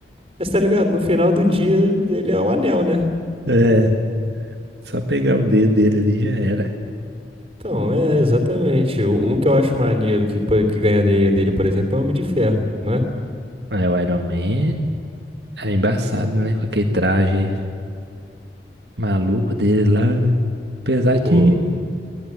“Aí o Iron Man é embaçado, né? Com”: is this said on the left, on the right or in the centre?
Right